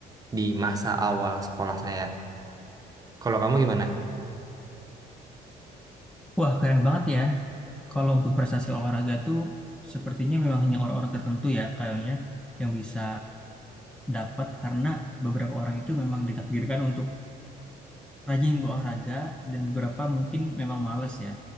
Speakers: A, on the right; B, in the centre.
A: di masa awal sekolah saya. Kalau kamu gimana?
B: Wah, keren banget ya. Kalau untuk prestasi olahraga tuh sepertinya memang hanya orang-orang tertentu ya kayaknya yang bisa dapat karena beberapa orang itu memang ditakdirkan untuk rajin berolahraga dan beberapa mungkin memang males ya.